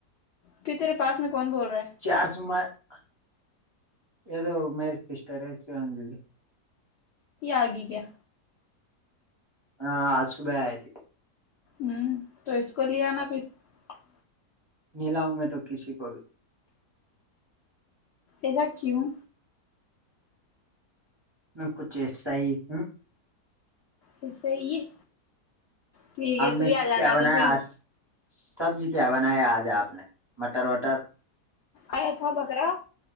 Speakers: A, on the left; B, on the right.
A: پ تیرے پاس میں <unintelligible> ہے
B: چار سم <unintelligible> یہ تو میرج سسٹر ہے شان دی
A: آگ کیا
B: ہاں آج صبح آئی تھے
A: ہوں تو کو ل آناا پھر <unintelligible>
B: نلا ہ میں تو کسی کو بھی
A: ایسا کیوں
B: میں کچھ ایسا ہی ہوں
A: ایسا ہی ہے ٹھیک ہے تو
B: نے
A: ہی آ جانا
B: کیا بنا
A: تو پھر
B: ہے سبزی کیا بنایا آج آپ نے مٹر وٹر
A: آیا تھا بکرا